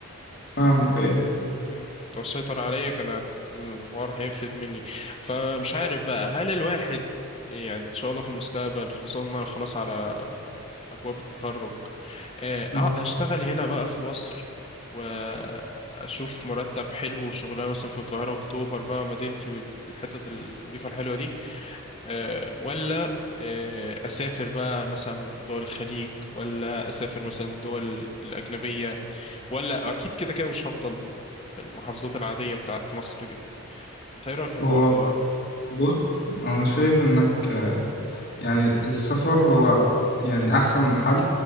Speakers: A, on the left; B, on the left.
A: فاهمك ايه
B: مم. لو سيطر عليا كان الحوار هيفلت مني فمش عارف بقى هل الواحد يعني ان شاء الله في المستقبل خصوصا ان انا خلاص على ابواب التخرج آه، أع-
A: اه
B: اشتغل هنا بقى في مصر واشوف مرتب حلو وشغلانه مثلا في القاهره اكتوبر بقى مدينتي والحتت الوظيفه الحلوه دي آه، ولا آه، اسافر بقى مثلا دول الخليج ولا اسافر مثلا دول الاجنبيه ولا اكيد كده كده مش هفضل في المحافظات العادية بتاعت مصر دي انت ايه رأيك في الحوار
A: هو
B: ده بقى
A: بص انا شايف انك آه، يعني السفر هو يعني احسن حل